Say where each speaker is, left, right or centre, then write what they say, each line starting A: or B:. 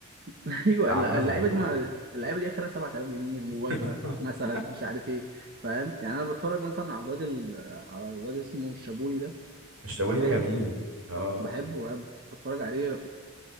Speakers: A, on the right (about 45°); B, on the right (about 65°).
A: <laughs> ايوه
B: ده عامه
A: الل- اللعيبه
B: يعني
A: دي ما اللعيبه دي اخرها 7000 جنيه ووجبه
B: <laughs>
A: مثلا مش عارف ايه فاهم يعني انا بتفرج مثلا على الواد ال... على الواد اسمه الشابوني ده
B: الشاوني
A: بقى بحبه
B: ده جميل اه
A: بحبه بحب بتفرج عليه